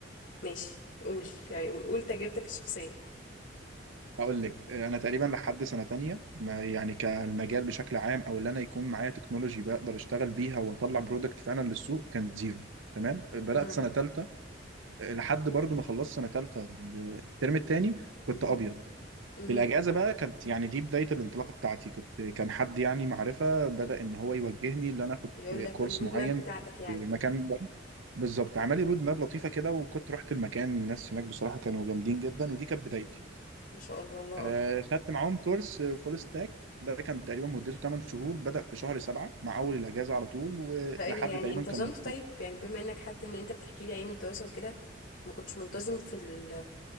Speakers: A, on the left; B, on the right.
A: ماشي قول يعني قول قول تجربتك الشخصيه
B: اقول لك انا تقريبا لحد سنه تانية ما يعني كالمجال بشكل عام او اللي انا يكون معايا تكنولوجي بقدر اشتغل بيها واطلع برودكت فعلا للسوق كان زيرو تمام بدات
A: اها
B: سنه تالتة لحد برضو ما خلصت سنه تالتة الترم التاني كنت
A: اها
B: ابيض
A: اها
B: في الاجازه بقى كانت يعني دي بدايه الانطلاقه بتاعتي كنت كان حد يعني معرفه بدا ان هو يوجهني ان انا اخد
A: يقول لك
B: كورس
A: الرود
B: معين
A: ماب بتاعتك يعني
B: في مكان بره بالظبط عمل لي رود ماب لطيفه كده وكنت رحت المكان الناس هناك بصراحه كانوا جامدين جدا ودي كانت بدايتي
A: ما شاء الله الله
B: آه، خدت معاهم كورس فول ستاك ده كان تقريبا مدته 8 شهور بدأ في شهر 7 مع أول الأجازة على طول
A: فقال
B: ولحد
A: لي يعني
B: تقريبا
A: انتظمت
B: كان
A: طيب يعني بما انك حد ان انت بتحكي لي ايام الدراسه وكده ما كنتش منتظم في ال